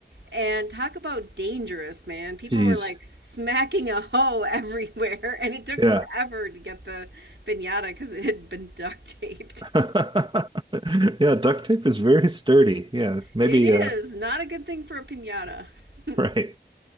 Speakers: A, on the right (about 85°); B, on the right (about 25°).
A: And talk about dangerous, man. People
B: Jeez.
A: were like smacking a hoe <laughs> everywhere, and it took
B: Yeah.
A: forever to get the pinata because it had been duct taped.
B: <laughs> Yeah, duct tape is very sturdy. Yeah, maybe
A: It is
B: uh
A: not a good thing for a pinata.
B: <laughs>
A: <laughs>
B: Right.